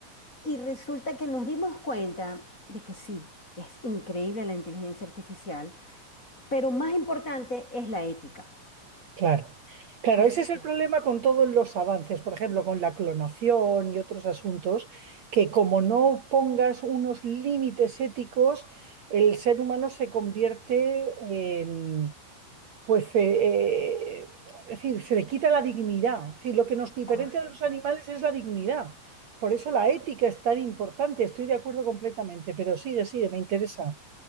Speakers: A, on the left; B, on the right.
A: Y resulta que nos dimos cuenta de que sí, es increíble la inteligencia artificial, pero más importante es la ética.
B: Claro, claro,
A: O
B: ese
A: sea,
B: es el problema con todos los avances, por ejemplo, con la clonación y otros asuntos, que como no pongas unos límites éticos, el ser humano se convierte en, pues, eh, eh, es decir, se le quita la dignidad. Es decir, lo que nos diferencia
A: correcto.
B: de los animales es la dignidad. Por eso la ética es tan importante, estoy de acuerdo completamente, pero sigue, sigue, me interesa.